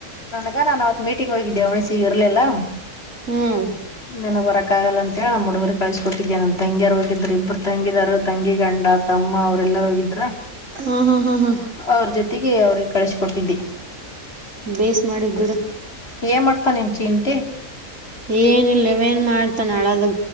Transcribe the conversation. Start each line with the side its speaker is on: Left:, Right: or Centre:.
Left: ಆಗ ನಾನು ಅವತ್ ಮೀಟಿಂಗ್ ಹೋಗಿದ್ದೆ ಅವ್ಣಸಿಗೆ ಇರಲಲ್ಲಾ
Right: ಹ್ಮ್
Left: ನನಗೆ ಹೊರಕಾಗಗಲ್ಲ ಅಂತ ಹೇಳಿ ನಮ್ಮ ಹುಡುಗರು ಕಳ್ಸ ಕೊಟ್ಟಿದ್ದೇ ನನ್ ತಂಗಿಯರು ಹೋಗಿದರು ಇಬ್ಬರು ತಂಗಿದರು ತಂಗಿ ಗಂಡತ ಅಮ್ಮ ಅವ್ರ ಎಲ್ಲರ ಹೋಗಿದ್ರ
Right: ಹ್ಮ ಹಾ ಹಾ ಹ್ಮ
Left: ಅವ್ರ ಜೊತೆಗೆ ಅವ್ರಿಗೆ ಕಳಸಕೊಟ್ಟಿದ್ದೆ
Right: ಬೇಸ್ ಮಾಡಿದ್ ಬಿಡು
Left: ಏ ಮಾಡಡ್ತಾ ನಿ ಚಿ ಇಟಿ.
Right: ಏನ ಇಿಲ್ಲವ ನ್ ಮಾಡ್ತಾನ ಅಳದ